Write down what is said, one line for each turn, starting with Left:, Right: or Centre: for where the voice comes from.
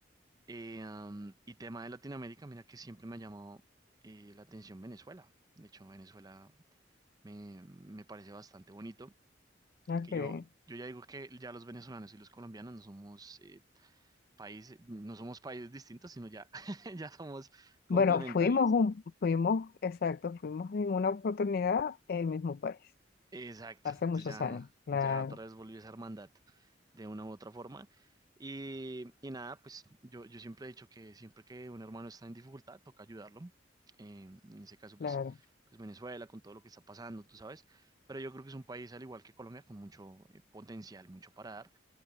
Right: Eh, am, y tema de Latinoamérica, mira que siempre me ha llamado eh, la atención Venezuela. De hecho, Venezuela me, me parece bastante bonito.
Left: Ah,
Right: Que
Left: qué
Right: yo,
Left: bien.
Right: yo ya digo que ya los venezolanos y los colombianos no somos eh, países, no somos países distintos, sino ya, <laughs> ya somos complementarios.
Left: Bueno, fuimos, un, fuimos, exacto, fuimos en una oportunidad el mismo país,
Right: Exacto,
Left: hace
Right: entonces
Left: muchos
Right: ya,
Left: años, claro,
Right: ya otra vez volvió esa hermandad de una u otra forma. Y, y nada, pues yo, yo siempre he dicho que siempre que un hermano está en dificultad, toca ayudarlo. Eh, en ese caso, pues,
Left: claro.
Right: pues Venezuela, con todo lo que está pasando, tú sabes. Pero yo creo que es un país, al igual que Colombia, con mucho eh, potencial, mucho para dar.